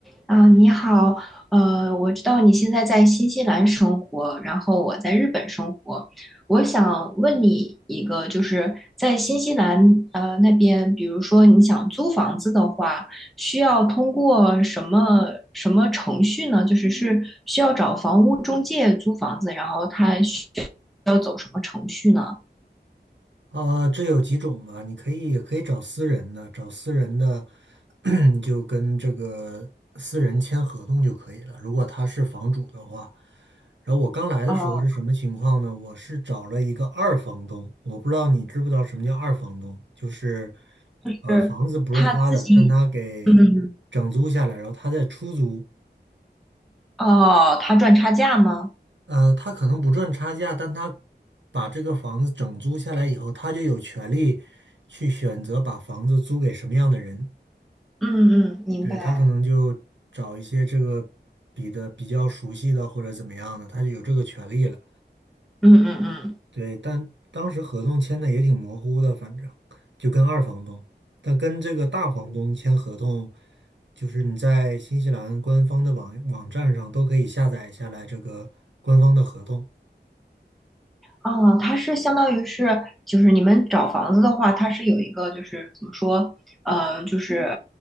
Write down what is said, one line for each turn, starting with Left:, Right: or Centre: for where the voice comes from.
Centre: 啊，你好，呃，我知道你现在在新西兰生活，然后我在日本生活。我想问你一个，就是在新西兰呃那边，比如说你想租房子的话，需要通过什么什么程序呢？就是是需要找房屋中介租房子，然后他需要走什么程序呢？
Right: 啊，这有几种吧？你可以也可以找私人的，找私人的 <clears throat> 你就跟这个私人签合同就可以了。如果他是房主的话，然后我刚来的时候是什么情况呢？
Centre: 哦，
Right: 我是找了一个二房东，我不知道你知不知道什么叫二房东，就是
Centre: 就是他自己，
Right: 呃房子不是他的，但他给整租下来，
Centre: 嗯，嗯
Right: 然后他再出租。
Centre: 哦，他赚差价吗？
Right: 呃，他可能不赚差价，但他把这个房子整租下来以后，他就有权利去选择把房子租给什么样的人。
Centre: 嗯嗯，明白，
Right: 对，他可能就找一些这个比的比较熟悉的或者怎么样的，他就有这个权利了。
Centre: 嗯嗯嗯。
Right: 对，但当时合同签的也挺模糊的，反正就跟二房东，但跟这个大房东签合同，就是你在新西兰官方的网网站上都可以下载下来这个官方的合同。
Centre: 哦，它是相当于是，就是你们找房子的话，它是有一个，就是怎么说，呃，就是